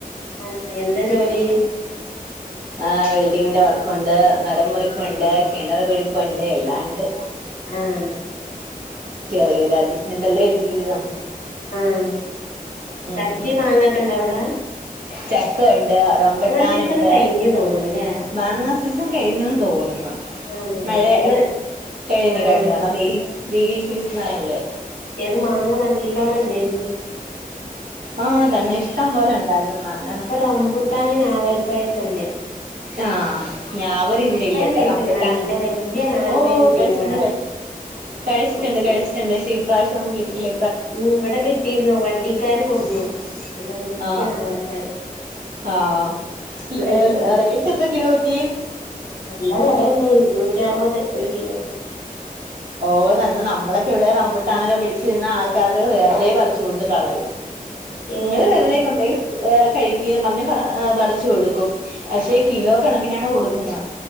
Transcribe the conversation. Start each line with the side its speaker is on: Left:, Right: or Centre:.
Left: ആഹ് എന്താ ജോലി
Right: ആഹ് വെൽഡിങ്ങിന്റെ വർക്കുണ്ട് മരം മുറിപ്പുണ്ട്
Left: ആഹ്
Right: കിണർ കുഴിപ്പുണ്ട് എല്ലാം ഉണ്ട്
Left: ആഹ്
Right: ചെറിയൊരു അഡ്ജസ്റ്റ്മന്റെല്ലേ ജീവിതം
Left: ആ
Right: ഉം
Left: ചക്കിം മാങ്ങൊക്കെ ഇണ്ടോ അവിടെ
Right: ചക്ക ഉണ്ട് റംമ്പുട്ടാനിണ്ട്
Left: സീസണ് കഴിഞ്ഞു തോന്ന്ണുല്ലേ
Right: മാങ്ങാ സിസൺ കഴിഞ്ഞെന്ന് തോന്നുന്ന്
Left: ആഹ് മറ്റേത്
Right: മഴേ കഴിഞ്ഞു
Left: ആഹ്
Right: കഴിഞ്ഞു കാരണം വെയിലീ സീസൺ ആയല്ലേ
Left: ഏത് മാങ്ങ നല്ലൊണം ഇണ്ടേരുന്നു
Right: ആഹ് തന്നെ ഇഷ്ടം പോലെ ഉണ്ടായിരുന്നു മാങ്ങ
Left: റംമ്പുട്ടാന് ഞാവൽപ്പയൊക്കെണ്ട്
Right: ആഹ് ഞവലിവിടെയില്ല ഇവിടെ
Left: കഴിച്ച്ക്ക്ണോ
Right: റംമ്പട്ടാൻ
Left: നല്ല വല്യ നാവൽപ്പഴം
Right: ഓ
Left: കിട്ടീന്
Right: കയിച്ചിണ്ട്
Left: ഇവിടെ
Right: കയിച്ചിണ്ട് കഴിച്ചിട്ടുണ്ട് കഴിട്ടുണ്ട് പക്ഷ ഇപ്രാവശ്യൊന്നും കിട്ടയില്ല
Left: ഉം ഇവിടെ കിട്ടിയിരുന്നു വണ്ടിക്കാര് കൊടുന്നു നല്ല വല്യ
Right: ആ
Left: നാവൽപ്പഴം
Right: ആഹ്
Left: നല്ല
Right: ലെ
Left: രസണ്ട്
Right: ലെ റേറ്റ് എത്ര കിലോക്കി
Left: നല്ല വെലണ്ട് ഇരുന്നൂറ്റി അറുപത് ഒരു കിലോക്ക്
Right: ഓ തന്നെ നമ്മളൊക്കെ ഇവിടെയും റംമ്പൂട്ടാനൊക്കെ പിടിച്ചിരുന്ന ആൾക്കാർക്കെ വെറുതെ പറിച്ച് കൊടുത്ത് കളയും
Left: <inaudible> ഏഹ്
Right: നിങ്ങള് വെറുതെ കൊണ്ടോയി കഴിക്കീന്ന് പറഞ്ഞ് പറച്ച് കൊടുക്കും പക്ഷേ കിലോ കണക്കിനാണ് കൊടുക്കുന്നേ